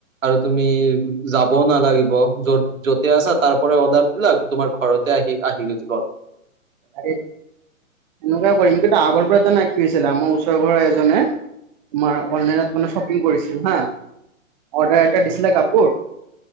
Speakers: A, on the right; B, on the right.
A: আৰু তুমি যাবও নালাগিব যত যতে আছা তাৰ পৰা অৰ্ডাৰ বস্তুবিলাক লাক, তোমাৰ ঘৰতে আহি আহি যাব
B: এনেকুৱা কৰিম কিন্তু আগৰ পৰা জানাই কি হৈছিলে আমাৰ ওচৰ ঘৰৰ এজনে, তোমাৰ অনলাইনত মানে শ্বপিং কৰিছিল হা। অৰ্ডাৰ এটা দিছিলে কাপোৰ